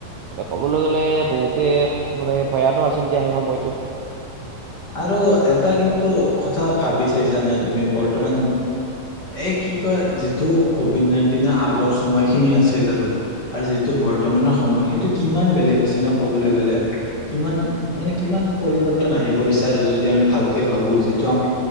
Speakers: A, on the right (about 75°); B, on the left (about 30°).
A: এতিয়া ক'বলৈ গ'লে বহুতে মানে ভয়ানক আছিল দা সেই সময়টো
B: আৰু এটা কিন্তু কথা ভাবি চাইছানে তুমি, বৰ্তমান এ কি কয়, যিটো ক'ভিড নাইনটিনৰ আগৰ সময়খিনি আছিল আৰু, আৰু যিটো বৰ্তমানৰ সময়, সেইটো কিমান বেলেগ হৈছে নো কবলৈ গলে? কিমান মানে কিমান পৰিবৰ্তন আহি পৰিছে আৰু যদি আমি ভালকে ভাবো, যিটো আমি